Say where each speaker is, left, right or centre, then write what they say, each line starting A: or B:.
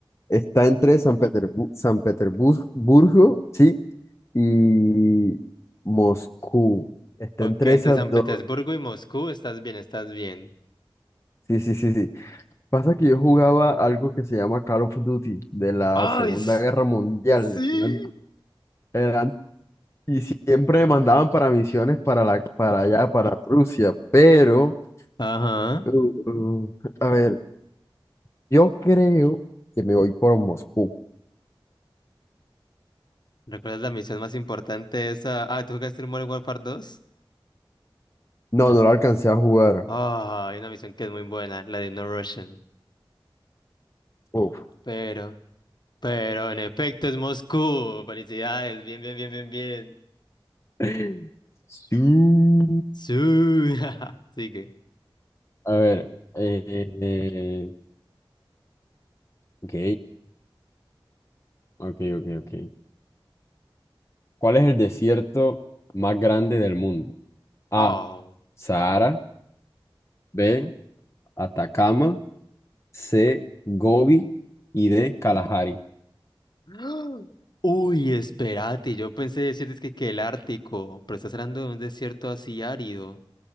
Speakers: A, on the left; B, on the left.
A: está entre San Peterbu- San Petersburgo, sí, y Moscú. Está
B: Ok,
A: entre
B: entre
A: esas
B: San
A: dos.
B: Petersburgo y Moscú, estás bien, estás bien.
A: Sí, sí, sí, sí. Pasa que yo jugaba algo que se llama Call of Duty de la
B: ¡Ay!
A: Segunda
B: s-
A: Guerra Mundial.
B: Sí.
A: Eran- eran- y siempre me mandaban para misiones para la, para allá, para Rusia. Pero,
B: Ajá.
A: uh, a ver. Yo creo que me voy por Moscú.
B: ¿Recuerdas la misión más importante esa? Ah, ¿tú jugaste el Modern Warfare 2?
A: No, no lo alcancé a jugar.
B: Ah, hay una misión que es muy buena, la de No Russian.
A: Uf.
B: Pero, pero en efecto es Moscú. Felicidades, bien, bien, bien, bien, bien.
A: <laughs> Sí.
B: Sí, <laughs> sigue.
A: A ver, eh, eh, ok, ok, ok, ok. ¿Cuál es el desierto más grande del mundo? A,
B: Oh.
A: Sahara, B, Atacama, C, Gobi y D, Kalahari.
B: <gasps> Uy, espérate, yo pensé decirte que, que el Ártico, pero estás hablando de un desierto así árido.